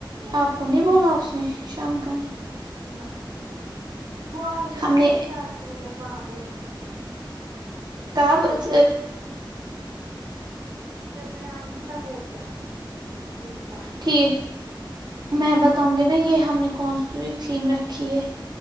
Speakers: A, on the right (about 55°); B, on the right (about 70°).
A: آپ کو نہیں بولا اس نے شام کا نہیں
B: نہ وہ آئے گی
A: ہم
B: نا میرے
A: نے
B: ساتھ ہی ادھر باں پ شم کربھی
A: کہ بس
B: جب میں آؤں گی تب وہ بھی آئے گی میرے ساتھ ہی
A: ٹھیک میں بت بوں گے نا یہ ہم نے کون سی تھیم رکھی ہے